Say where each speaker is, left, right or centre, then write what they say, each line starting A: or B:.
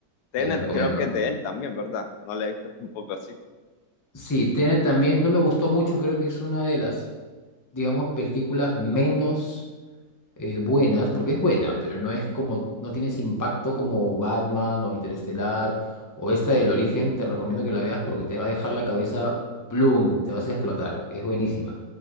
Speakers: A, on the left; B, on the left.
A: Tenet
B: te la recomiendo.
A: creo que es de él también, ¿verdad? No la he visto tampoco así.
B: Sí, tiene también, no me gustó mucho, creo que es una de las, digamos, películas menos eh, buenas, porque es buena, pero no es como, no tienes impacto como Batman o Interestelar o esta del origen, te recomiendo que la veas porque te va a dejar la cabeza bloom, te vas a explotar, es buenísima.